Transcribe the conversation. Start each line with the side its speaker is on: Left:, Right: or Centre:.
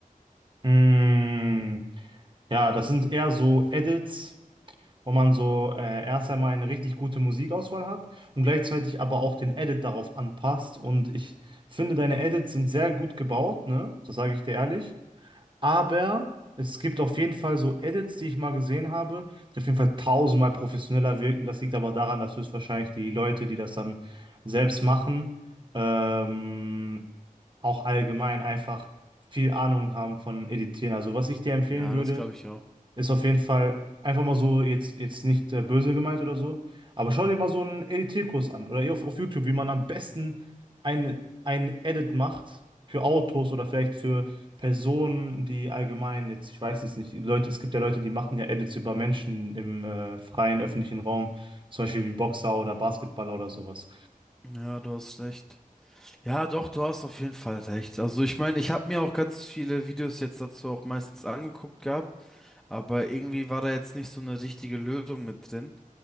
Right: Mm, ja, das sind eher so Edits, wo man so äh, erst einmal eine richtig gute Musikauswahl hat und gleichzeitig aber auch den Edit darauf anpasst. Und ich finde, deine Edits sind sehr gut gebaut, ne? Das sage ich dir ehrlich. Aber es gibt auf jeden Fall so Edits, die ich mal gesehen habe, die auf jeden Fall tausendmal professioneller wirken. Das liegt aber daran, dass höchstwahrscheinlich die Leute, die das dann selbst machen, ähm, auch allgemein einfach viel Ahnung haben von Editieren. Also was ich dir empfehlen
Centre: Ja,
Right: würde,
Centre: das glaube ich auch.
Right: ist auf jeden Fall einfach mal so jetzt, jetzt nicht äh, böse gemeint oder so. Aber schau dir mal so einen Editierkurs an oder eher auf, auf YouTube, wie man am besten ein, ein Edit macht für Autos oder vielleicht für Personen, die allgemein jetzt, ich weiß es nicht, Leute, es gibt ja Leute, die machen ja Edits über Menschen im äh, freien öffentlichen Raum, zum Beispiel wie Boxer oder Basketballer oder sowas.
Centre: Ja, du hast recht. Ja, doch, du hast auf jeden Fall recht. Also ich meine, ich habe mir auch ganz viele Videos jetzt dazu auch meistens angeguckt gehabt, aber irgendwie war da jetzt nicht so eine richtige Lösung mit drin.